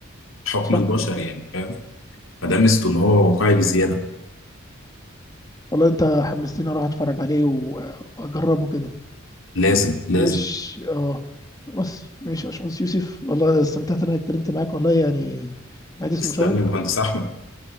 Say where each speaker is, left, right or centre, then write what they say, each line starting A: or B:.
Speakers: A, on the left (about 70°); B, on the left (about 20°).
A: حكم
B: صح
A: البشر يعني فاهم فده ميزته إن هو واقعي بزيادة
B: والله انت حمستني اروح اتفرج عليه و- واجربه كده
A: لازم لازم
B: ماشي اه بس ماشي يا باشمهندس يوسف والله استمتعت إن انا اتكلمت معاك والله يعني الحديث
A: تسلم
B: مشوق
A: لي مهندس أحمد